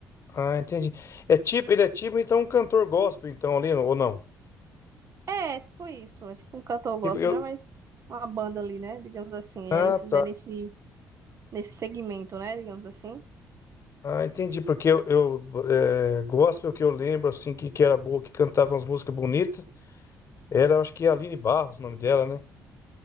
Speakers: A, on the left; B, on the right.
A: Ah, entendi. É tipo, ele é tipo então um cantor gospel, então, ali, ou não?
B: É, tipo isso, é tipo um cantor gospel,
A: Tipo, eu...
B: né, mas uma banda ali, né, digamos assim,
A: Ah,
B: é, isso,
A: tá.
B: vai nesse nesse segmento, né? Digamos assim.
A: Ah, entendi. Porque eu, eu é, gospel que eu lembro, assim, que, que era boa, que cantava umas músicas bonitas. Era, acho que é Aline Barros, o nome dela, né?